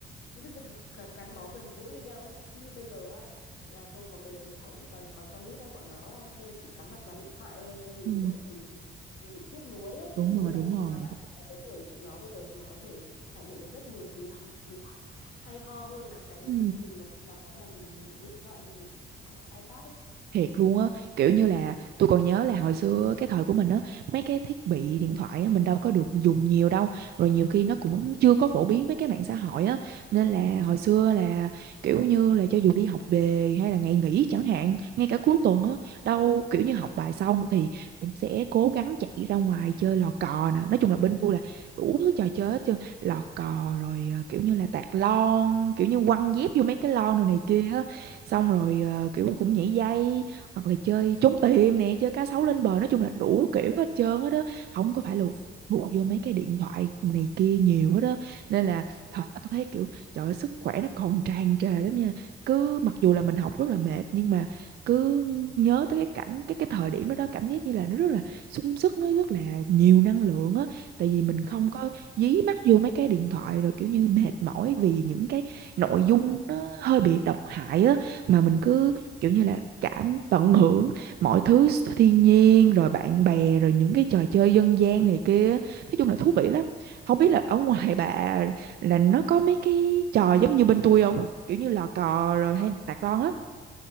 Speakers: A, on the left; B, on the right.
A: rất, rất, rất gắn gắn bó gần gũi với nhau ấy như bây giờ á, là tôi có mấy đứa cháu còn còn con nít á, bọn nó bây giờ chỉ cắm mặt vào điện thoại thôi nhìn
B: Ừ.
A: kiểu mình bị mình bị tiếc nuối ấy
B: Đúng
A: tiếc nuối
B: rồi,
A: rằng
B: đúng
A: chúng
B: rồi.
A: nó đã ở cái tuổi của chúng nó bây giờ chúng nó có thể trải nghiệm được rất nhiều thứ ha- thứ ha- hay ho hơn là cái
B: Ừ.
A: nhìn vào, vào cái màn hình điện thoại màn hình i- iPad ấy
B: thiệt luôn á kiểu như là tôi còn nhớ là hồi xưa cái thời của mình á mấy cái thiết bị điện thoại á mình đâu có được dùng nhiều đâu rồi nhiều khi nó cũng chưa có phổ biến mấy cái mạng xã hội á nên là hồi xưa là kiểu như là cho dù đi học về hay là ngày nghỉ chẳng hạn ngay cả cuối tuần á đâu kiểu như học bài xong thì cũng sẽ cố gắng chạy ra ngoài chơi lò cò nè nói chung là bên tôi là đủ thứ trò
A: Ừ.
B: chơi hết trơn lò cò rồi ờ, kiểu như là tạt lon kiểu như quăng dép vô mấy cái lon rồi này kia á xong rồi ờ, kiểu cũng nhảy dây hoặc là chơi trốn tìm nè chơi cá sấu lên bờ nói chung là đủ kiểu hết trơn hết á không có phải là
A: Ừ,
B: phụ vô mấy cái điện thoại này kia nhiều hết á nên là
A: ừ,
B: thật tôi thấy kiểu trời ơi, sức khỏe nó còn tràn trề lắm nha cứ mặc dù là mình học rất là mệt nhưng mà cứ nhớ tới cái cảnh cái cái thời điểm đó đó cảm giác như là nó rất là sung sức nó rất là nhiều năng lượng á tại vì mình không
A: ừ,
B: có dí mắt vô mấy cái điện thoại rồi kiểu như mệt mỏi vì những cái nội dung nó hơi bị độc hại á mà mình cứ
A: ừ.
B: kiểu như là cảm tận hưởng mọi thứ thiên nhiên rồi bạn bè rồi những cái trò chơi dân gian này kia nói chung là thú vị lắm không biết là ở ngoài bà là nó có mấy cái trò giống như bên tôi không kiểu như lò cò rồi hay
A: Tại
B: là sạc lon á